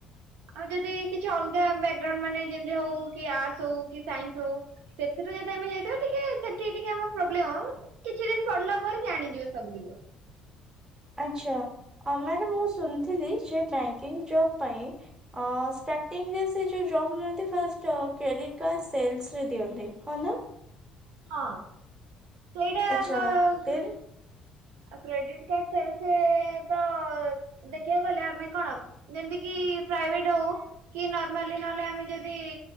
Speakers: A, on the right; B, on the right.
A: ଆଉ ଯଦି କିଛି ଅଲଗା ବ୍ୟାକଗ୍ରାଉଣ୍ଡ ମାନେ ଯେମତି ହଉ କି ଆର୍ଟସ ହଉ କି ସାଇନ୍ସ ହଉ ସେଥିରୁ ଯଦି ଆମେ ଯାଇଥିବୁ ଟିକେ ସେଠି ଟିକେ ହବ ପ୍ରୋବ୍ଲେମ, ହଁ କିଛି ଦିନ ପଡିଲା ପରେ ଜାଣିଯିବ ସବୁ ଜିନିଷ।
B: ଆଚ୍ଛା। ଅ ମ୍ୟାଡ଼ାମ ମୁଁ ଶୁଣିଥିଲି ସେ ବ୍ୟାଙ୍କିଙ୍ଗ ଜବ ପାଇଁ ଅଁ ଷ୍ଟାର୍ଟିଂରେ ସେ ଯେଉଁ ଜବ୍ ମିଳନ୍ତି ଫାଷ୍ଟ କ୍ରେଡ଼ିଟ୍ କାର୍ଡ଼ ସେଲ୍ସରେ ଦିଅନ୍ତି ହଁ ନା?
A: ହଁ ସେଇଟା,
B: ଆଚ୍ଛା
A: କ କ୍ର
B: ଦେନ୍
A: ଆଉ କ୍ରେଡିଟ କାର୍ଡ ସେଲସ୍ ରେ ତ ଦେଖିବାକୁ ଗଲେ ଆମେ କଣ ଯେମତି କିି ପ୍ରାଇଭେଟ ହଉ କି ନର୍ମାଲି ନହେଲେ ଆମେ ଯଦି